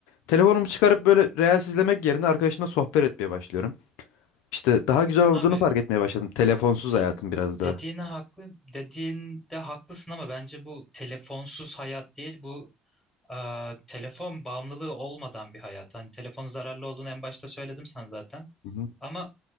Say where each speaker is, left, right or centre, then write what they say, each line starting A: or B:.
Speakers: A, on the left; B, on the left.
A: Telefonumu çıkarıp böyle reels izlemek yerine arkadaşımla sohbet etmeye başlıyorum. İşte daha güzel olduğunu
B: Abi
A: fark etmeye başladım. Telefonsuz
B: Ya
A: hayatım biraz daha.
B: dediğine haklı dediğinde haklısın ama bence bu telefonsuz hayat değil bu e, telefon bağımlılığı olmadan bir hayat. Hani telefonun zararlı olduğunu en başta söyledim sana zaten.
A: Hı hı.
B: Ama